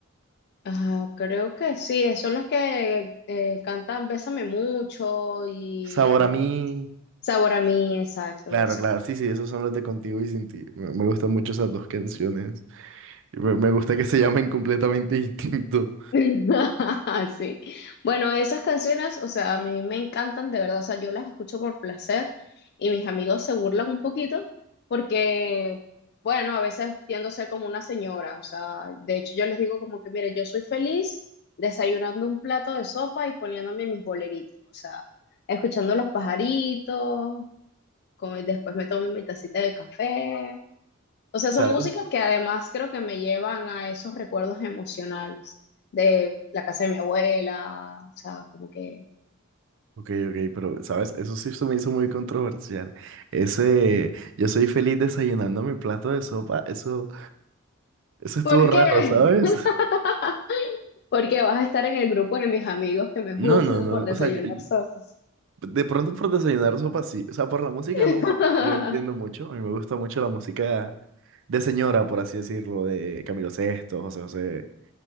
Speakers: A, on the left; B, on the right.
A: Ah, creo que sí, esos son los que eh, cantan Bésame mucho y
B: Sabor
A: el reloj.
B: a mí.
A: Sabor a mí, exacto,
B: Claro,
A: eso.
B: claro, sí, sí, esos son los de contigo y sin ti. Me, me gustan mucho esas dos canciones. Y Me, me gusta que se llamen completamente <laughs> distinto,
A: <laughs> Sí. Bueno, esas canciones, o sea, a mí me encantan de verdad, o sea, yo las escucho por placer y mis amigos se burlan un poquito porque, bueno, a veces tiendo a ser como una señora, o sea, de hecho yo les digo como que, mire, yo soy feliz desayunando un plato de sopa y poniéndome mis boleritos, o sea, escuchando los pajaritos, como, y después me tomo mi tacita de café. O sea,
B: ¿sabes?
A: son músicas que además creo que me llevan a esos recuerdos emocionales de la casa de mi abuela, o sea, como que...
B: Ok, ok, pero, ¿sabes? Eso sí se me hizo muy controversial. Ese, yo soy feliz desayunando mi plato de sopa, eso, eso estuvo
A: ¿Por
B: raro,
A: qué?
B: ¿sabes?
A: <laughs> Porque vas a estar en el grupo de mis amigos que me juzgan
B: No, no, no,
A: por desayunar
B: o sea, yo,
A: sopas.
B: De pronto por desayunar sopa sí. O sea, por la música
A: <laughs>
B: no, porque yo entiendo mucho. A mí me gusta mucho la música de señora, por así decirlo, de Camilo Sesto, José José.